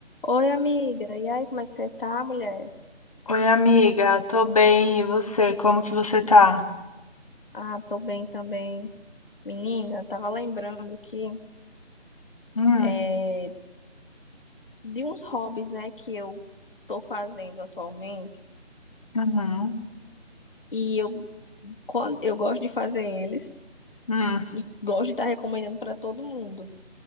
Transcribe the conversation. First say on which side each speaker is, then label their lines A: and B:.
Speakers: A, on the left; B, on the left.
A: Oi, amiga. E aí, como é que você tá, mulher?
B: Oi, amiga, tô bem, e você? Como que você tá?
A: Ah, tô bem também. Menina, eu tava lembrando aqui
B: Hum,
A: é, de uns hobbies, né, que eu tô fazendo atualmente.
B: uhum,
A: E eu, quando, eu gosto de fazer eles
B: hum,
A: e gosto de estar recomendando pra todo mundo.